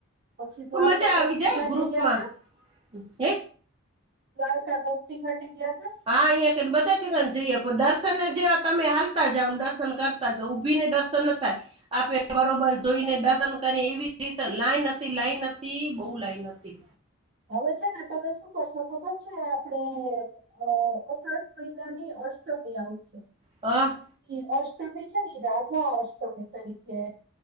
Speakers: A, on the right (about 50°); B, on the right (about 30°).
A: પછી
B: તો
A: દ્વારકા
B: મજા
A: ગોમતી
B: આવી જાય
A: ઘાટે
B: ગ્રુપમાં.
A: ગયા તા
B: હ?
A: દ્વાલકા ગોપતી ઘાટ ગયા ત? <unintelligible>
B: હા અહં કને બધા ઠેકાણ જઈએ દર્શન જેવા તમે હાલતા જાવને દર્શન કરતા ઉભીને દર્શન ન થાય, આપે બરોબર જોઈને દર્શન કરી એવી રીતે લાઈન હતી લાઈન હતી બહુ લાઈન હતી.
A: હવે છે ને તમે શું કરશો ખબર છે આપડે અ અસઠ મહિનાની અષ્ટમી આવશે.
B: હ.
A: એ અષ્ટમી છે ને રાધા અષ્ટમી તરીકે